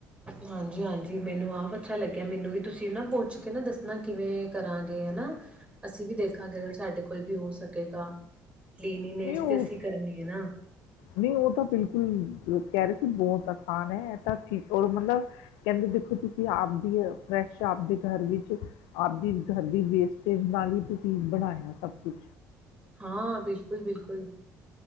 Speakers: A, on the right; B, on the left.
A: ਹਾਂਜੀ ਹਾਂਜੀ ਮੈਨੂੰ ਆਪ ਅੱਛਾ ਲੱਗਿਆ ਮੈਨੂੰ ਵੀ ਤੁਸੀਂ ਨਾ ਪੁੱਛ ਕੇ ਨਾ ਦੱਸਣਾ ਕਿਵੇਂ ਕਰਾਂਗੇ ਹਨਾ ਅਸੀਂ ਵੀ ਦੇਖਾਂਗੇ ਅਗਰ ਸਾਡੇ ਕੋਲ ਵੀ ਹੋ ਸਕੇਗਾ ਕਲਾਨਲੀਨਸ ਨੇ
B: ਨਹੀਂ
A: ਇਸ
B: ਉਹ
A: ਤੇ ਅਸੀਂ ਕਰਨੀ ਹੈ ਨਾ
B: ਨਹੀਂ ਉਹ ਤਾਂ ਬਿਲਕੁਲ ਕਹਿ ਰਹੇ ਸੀ ਬਹੁਤ ਆਸਾਨ ਹੈ ਇਹ ਤਾਂੀ ਮਤਲਬ ਕਹਿੰਦੇ ਦੇਖੋ ਤੁਸੀਂ ਆਪਦੀ ਫਰੈਸ਼ ਆਪਦੇ ਘਰ ਵਿੱਚ ਆਪਦੀ ਘਰ ਦੀ ਵੇਸਟੇਜ ਨਾਲ ਹੀ ਤੁਸੀਂ ਬਣਾਇਆ ਸਭ ਕੁਛ
A: ਹਾਂ ਬਿਲਕੁਲ ਬਿਲਕੁਲ